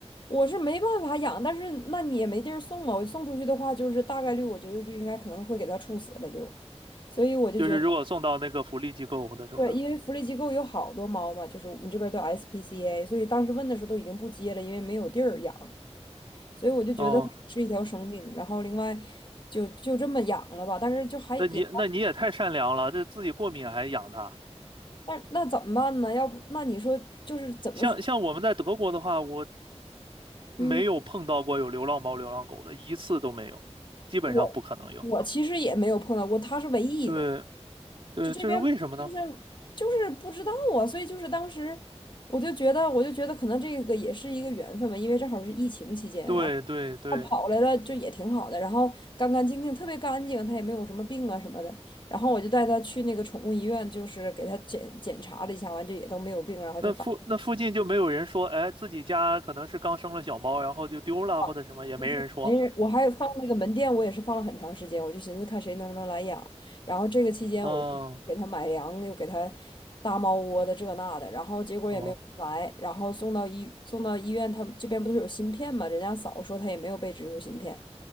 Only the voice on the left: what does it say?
我是没办法养，但是那你也没地儿送啊。我送出去的话，就是大概率我觉得就应该可能会给它处死了就，所以我就觉得
对，因为福利机构有好多猫嘛，就是我们这边叫 SPCA，所以当时问的时候都已经不接了，因为没有地儿养。所以我就觉得是一条生命，
然后另外就就这么养了吧，但是就还也，
但那怎么办呢？要不那你说就是怎么说？
嗯，
我我其实也没有碰到过，他是唯一一个。
就这边就像就是不知道啊，
所以就是当时我就觉得，我就觉得可能这个也是一个缘分吧，因为正好是疫情期间，
然后他跑来了就也挺好的，然后干干净净，特别干净，他也没有什么病啊什么的。然后我就带他去那个宠物医院，就是给他检检查了一下，完就也都没有病，然后就把
好
没人，我还放那个门店，我也是放了很长时间，我就寻思看谁能不能来养。然后这个期间，
我就给他买粮，又给他搭猫窝的这那的，然后结果也没有来。
然后送到医送到医院，他们这边不是有芯片嘛？人家嫂说他也没有被植入芯片。